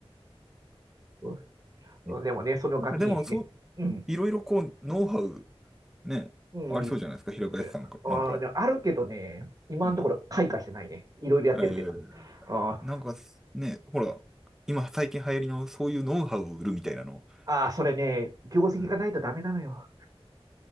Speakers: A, on the right; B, in the centre.
A: うん
B: ね
A: うでもね、そのガキにね、
B: なんかでも、そう、
A: うん、
B: いろいろこう、ノウハウ、ね、
A: うん、
B: ありそうじゃないですか、平林さんが。
A: あんあるけどね、
B: なんか、
A: 今のところ開花してないね。
B: うん。
A: いろいろやってるけど。
B: えー、
A: あ
B: なんか、ね、ほら、今最近流行りのそういうノウハウを売るみたいなの。
A: あそれね、業績がないとダメなのよ。
B: うん。